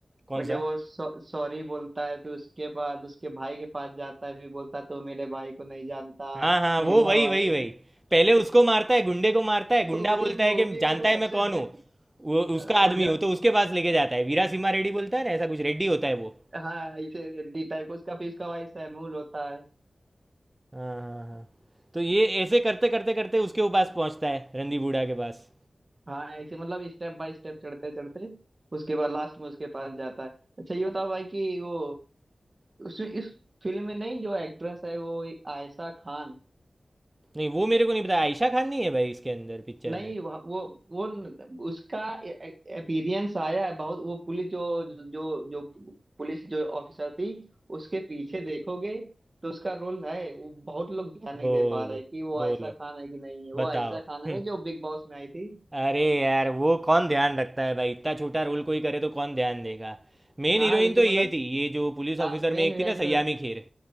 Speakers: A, on the right (about 20°); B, on the right (about 35°).
A: कौन
B: वो जब
A: सा
B: वो सॉ- सॉरी बोलता है फिर उसके बाद उसके भाई के पास जाता है फिर बोलता है, तो मेरे भाई को नहीं जानता
A: हाँ हाँ
B: मेरा
A: वो वही
B: भाई
A: वही वही
B: वो
A: पहले उसको मारता है गुंडे को मारता है गुंडा
B: पूरी
A: बोलता है
B: मूवी
A: कि जानता
B: में तो सबसे
A: है मैं कौन हूँ
B: बेस्ट
A: वो
B: वो
A: उसका आदमी
B: जा
A: हूँ तो उसके पास लेके जाता है वीरा सिम्हा रेड्डी बोलता है ना ऐसा कुछ रेड्डी होता है वो
B: हाँ ऐसे हड्डी टाइप उसका फिर उसका भाई सैमूल होता है
A: हाँ हाँ हाँ तो ये ऐसे करते करते करते उसके पास पहुंचता है रंदी बूढ़ा के पास
B: हाँ ऐसे मतलब स्टेप बाय स्टेप चढ़ते चढ़ते उसके बाद लास्ट में उसके पास जाता है अच्छा ये बताओ भाई कि वो उस इस फिल्म में नहीं जो एक्ट्रेस है वो एक आयशा खान
A: नहीं वो मेरे को नहीं पता आयशा खान नहीं है भाई इसके अंदर पिक्चर
B: नहीं
A: में
B: वह- वो वो न- उसका अपीयरेंस आया है बहुत वो पुलिस जो जो जो पुलिस जो ऑफिसर थी उसके पीछे देखोगे तो उसका रोल है वो बहुत लोग ध्यान नहीं
A: बोलो
B: दे पा रहे कि वो आयशा
A: बोलो
B: खान है कि नहीं है वो
A: बताओ
B: आयशा खान है
A: हम्म,
B: नहीं जो बिग बॉस में आई थी
A: अरे यार वो कौन ध्यान रखता है भाई इतना छोटा रोल कोई करे तो कौन ध्यान देगा मेन
B: हाँ
A: हीरोइन
B: लेकिन
A: तो ये
B: मतलब
A: थी ये जो पुलिस
B: हाँ
A: ऑफिसर
B: मेन
A: में एक
B: हीरोइन
A: थी ना
B: तो
A: सयामी खेर